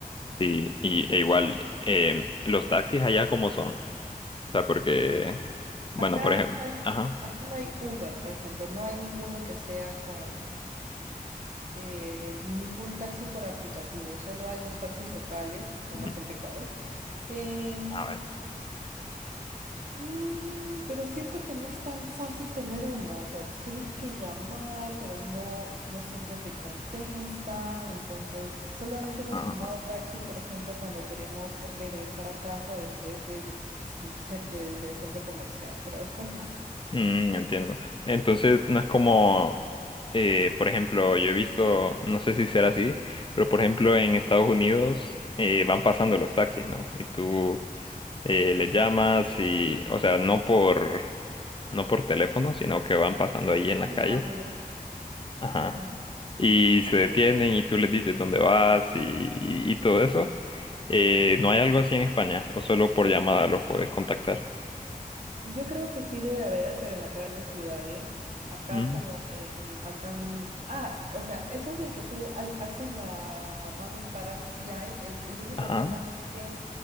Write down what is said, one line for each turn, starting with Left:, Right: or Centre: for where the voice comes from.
Left: Sí, y e igual, eh, los taxis allá como son. O sea, porque, bueno,
Right: Acá
Left: por ejemplo,
Right: no hay,
Left: ajá,
Right: acá no hay Uber, por ejemplo. No hay ninguno que sea con eh, ningún taxi por aplicativo, solo hay los taxis locales, son
Left: Ujú.
Right: bastante caros. Em,
Left: a ver,
Right: mm, pero siento que no es tan fácil tener uno, o sea, tienes que llamar, pero no, no siempre te contestan, entonces solamente
Left: ah,
Right: hemos tomado
Left: ah, ah.
Right: taxi, por ejemplo, cuando queremos regresar a casa después del, cen- cen- del, eh, centro comercial, pero después nada.
Left: mm, entiendo. Entonces, no es como, eh, por ejemplo, yo he visto, no sé si será así, pero por ejemplo, en Estados Unidos eh, van pasando los taxis, ¿no? Y tú eh, le llamas y, o sea, no por, no por teléfono, sino que van pasando
Right: Levantas
Left: ahí en la
Right: la
Left: calle.
Right: mano ya.
Left: Ajá.
Right: Ajá.
Left: Y se detienen y tú les dices dónde vas y, y, y todo eso. Eh, ¿no hay algo así en España? ¿O solo por llamada los puedes contactar?
Right: Yo creo que sí debe haber, pero en las grandes ciudades, acá
Left: Mm.
Right: como, te- en- acá, n- ah, o sea, esos de que tú al- alzas la mano y paran, sí hay, el, el único
Left: Ajá.
Right: tema es que